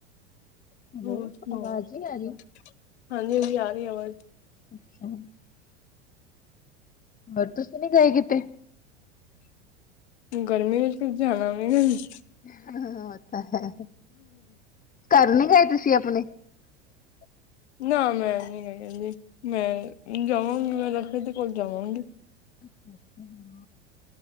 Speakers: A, on the left; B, on the left.
A: <inaudible>
B: ਹੈਲੋ
A: ਹਾਂਜੀ
B: ਆਵਾਜ਼ ਨੀ ਆ ਰਹੀ
A: <unintelligible> ਆ ਰਹੀ ਅਵਾਜ
B: <unintelligible> ਹੋਰ, ਤੁਸੀ ਨੀ ਗਏ ਕਿਤੇ?
A: ਗਰਮੀ ਵਿੱਚ ਜਾਣਾ ਵੀ <inaudible>
B: <inaudible> ਹੈ, ਘਰ ਨੀ ਗਾਏ ਤੁਸੀਂ ਅਪਣੇ? <inaudible>
A: ਨਾ ਮੈਂ ਨੀ ਕਦੀ ਮੈਂ ਜਾਵਾਂਗੀ ਮੈਂ ਫ <unintelligible> ਕੋਲ ਜਾਵਾਂਗੀ।
B: <unintelligible>